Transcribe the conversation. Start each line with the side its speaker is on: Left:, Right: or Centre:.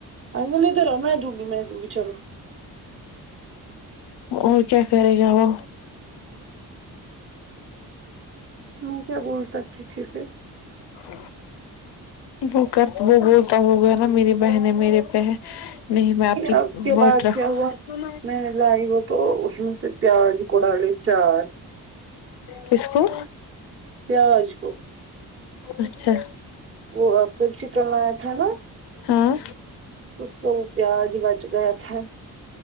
Right: ائزل ادھرآو میں دو گی میں دو گی چلو
Left: اور کیا کرے گا وہ
Right: میں کیا بول سکتی تھی پھر
Left: ہ وہ کرتا وہ بولتا ہو گیا نا میری بہنیں میرے پہ ہے نہیں میں اپنی
Right: اب اس کے
Left: ووٹ
Right: بعد
Left: رکھوں
Right: کیا ہوا میں نے لائی وہ تو اس میں سے پیاز کو ڈالے چار
Left: کسکو
Right: پیاز کو
Left: اچھا
Right: وہ اب پھر چکن لایا تھا نا
Left: ہاں
Right: اس کو پیاز بج گیا تھا